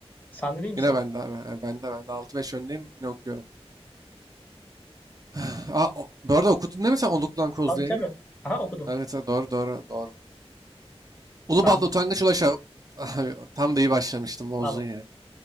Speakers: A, on the left; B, on the right.
A: Sende değil mi
B: Yine
A: sıra?
B: bende abi. Yani bende bende. altı beş öndeyim. Yine okuyorum. <sighs> Aa, o- bu arada okudun değil mi sen Oluklu'dan Kozlu'ya?
A: Tabii tabii. Aha okudum.
B: Evet evet, doğru doğru doğru. Ulubatlı
A: Sende.
B: Utangaç Ulaş'a. <laughs> Abi, tam da iyi başlamıştım bozdun
A: Tamam.
B: ya.